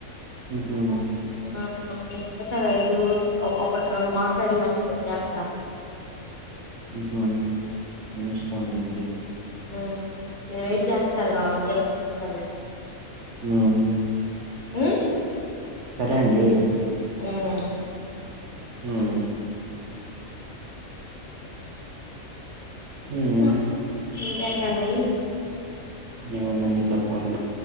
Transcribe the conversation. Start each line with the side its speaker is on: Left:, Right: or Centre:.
Right: ఉహు
Left: ఆ <unintelligible> ఒ రెండు మాట్లాడి మళ్లీ జేస్ ఆ
Right: ఉహు మీ ఇష్టమండి మరి
Left: ఉం సేవే చేస్తారు గా ఒకే ఇరవై నిమిషాలు
Right: ఉం
Left: ఉమ్మ్
Right: సరే అండి
Left: ఉం
Right: ఉమ్
Left: <unintelligible>
Right: ఉమ్
Left: రండి
Right: ఏముందండి చెప్పాలి